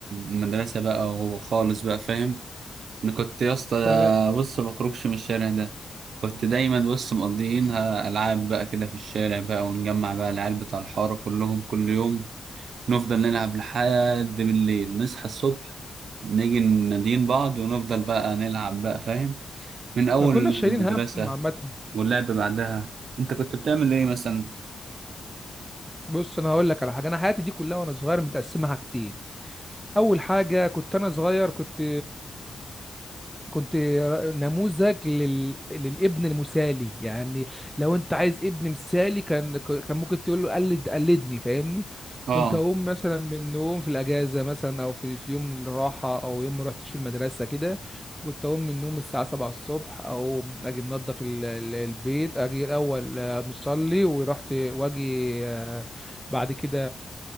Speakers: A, on the right; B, in the centre.
A: المدرسه بقى وهو خالص بقى فاهم انا كنت يا اسطى
B: فانا
A: بص ما بخرجش من الشارع ده كنت دايما بص مقضيينها العاب بقى كده في الشارع بقى ونجمع بقى العيال بتاع الحاره كلهم كل يوم نفضل نلعب لحد بالليل نصحى الصبح نيجي ننادين بعض ونفضل بقى نلعب بقى فاهم من أول
B: ما كناش
A: المدرسة
B: شايلين هم عامه
A: واللعب بعدها أنت كنت بتعمل إيه مثلا؟
B: بص انا هقول لك على حاجه انا حياتي دي كلها وانا صغير متقسمه حاجتين اول حاجه كنت انا صغير كنت كنت نموذج لل... للابن المثالي يعني لو انت عايز ابن مثالي كان كان ممكن تقول له قلد قلدني فاهمني
A: آه
B: كنت اقوم مثلا من النوم في الاجازه مثلا او في, في يوم الراحه او يوم ما رحتش في المدرسه كده كنت اقوم من النوم الساعه 7 الصبح او اجي منظف ال... ال- البيت اجي الاول آه، مصلي ورحت واجي آه، بعد كده